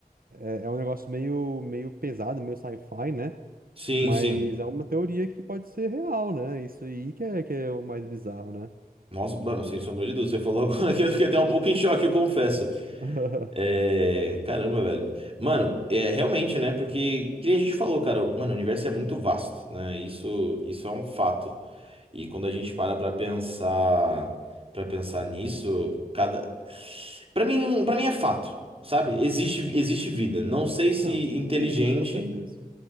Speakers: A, on the right; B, on the right.
A: é, é um negócio meio, meio pesado, meio sci-fi, né?
B: Sim,
A: Mas
B: sim.
A: é uma teoria que pode ser real, né? Isso aí que é, que é o mais bizarro, né?
B: Nossa, mano, sem sombra de dúvida. Você falou <laughs> agora que eu fiquei até um pouco em choque, eu confesso.
A: <laughs>
B: É. Caramba, velho. Mano, é realmente, né? Porque, que nem a gente falou, cara, mano, o universo é muito vasto, né? Isso, isso é um fato. E quando a gente para pra pensar, para pensar nisso, cada para mim, para mim é fato, sabe? Existe existe vida. Não sei se
A: Não,
B: inteligente,
A: existe, com certeza.